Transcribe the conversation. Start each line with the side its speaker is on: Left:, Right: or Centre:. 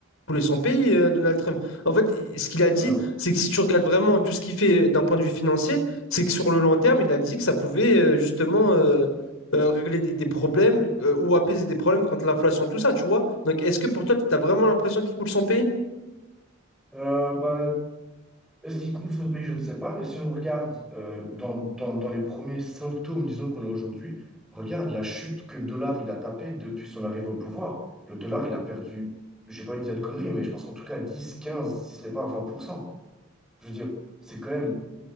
Left: voulait son pays, euh, Donald Trump. En fait, ce qu'il a dit,
Centre: Alors,
Left: c'est que si tu regardes vraiment tout ce qu'il fait euh, d'un point de vue financier, c'est que sur le long terme, il a dit que ça pouvait euh, justement euh, euh, régler des, des problèmes euh, ou apaiser des problèmes contre l'inflation, tout ça, tu vois. Donc, est-ce que pour toi, tu as vraiment l'impression qu'il coule son pays?
Centre: euh, bah, est-ce qu'il coule son pays? Je ne sais pas. Mais si on regarde euh, dans, dans, dans les premiers symptômes, disons, qu'on a aujourd'hui, regarde la chute que le dollar il a tapé depuis son arrivée au pouvoir. Le dollar, il a perdu, j'ai pas envie de dire de conneries, mais je pense en tout cas 10 15 si ce n'est pas vingt pour cent Je veux dire, c'est quand même